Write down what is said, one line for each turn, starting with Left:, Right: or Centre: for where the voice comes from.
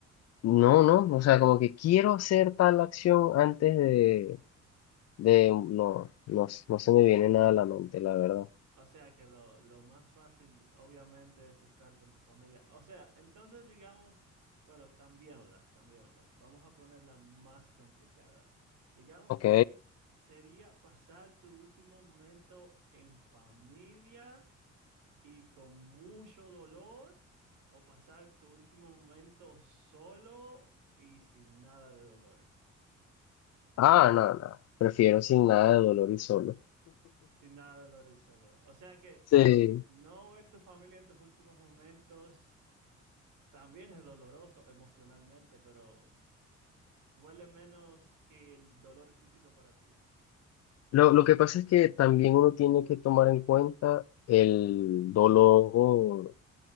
Left: no, no. O sea, como que quiero hacer tal acción antes de, de, no, no, no se me viene nada a la mente, la verdad.
Right: O sea que lo, lo más fácil obviamente es estar con tu familia. O sea, entonces digamos, bueno, cambiémoslas, cambiémoslas. Vamos a ponerla más complicada. Digamos
Left: Ok.
Right: que sería pasar tu último momento en familia y con mucho dolor o pasar tu último momento solo y sin nada de dolor.
Left: Ah, no, no. Prefiero sin nada de dolor y solo.
Right: Sin nada de dolor y solo. O sea que
Left: Sí.
Right: no ver tu familia en tus últimos momentos. También es doloroso emocionalmente, pero duele menos que el dolor físico para ti.
Left: Lo, lo que pasa es que también uno tiene que tomar en cuenta el dolor